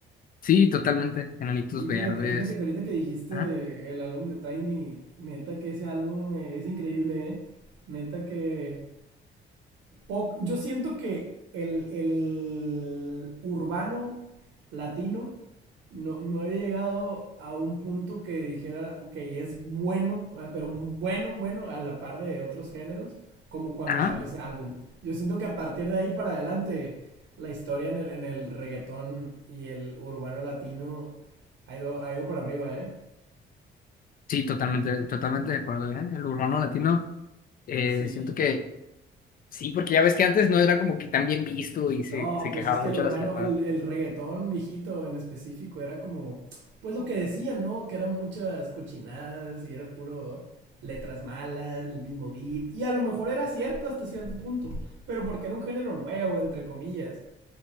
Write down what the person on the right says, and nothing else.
Sí,
fíjate, fíjate que ahorita que dijiste
el álbum de Tiny, neta que ese álbum eh, es increíble, ¿eh? Neta que Poc- Yo siento que el, el urbano latino no, no había llegado a un punto que dijera, ok, es bueno, ah, pero bueno, bueno, a la par de otros géneros, como cuando
salió ese álbum. Yo siento que a partir de ahí para adelante, la historia en el, en el reggaetón y el urbano latino ha ido, ha ido para arriba, ¿eh?
Sí,
No,
pues
es que
el urbano,
el, el reggaetón viejito en específico era como, pues lo que decían, ¿no? Que eran muchas cochinadas y era puro letras malas, el mismo beat. Y a lo mejor era cierto hasta cierto punto, pero porque era un género nuevo, entre comillas.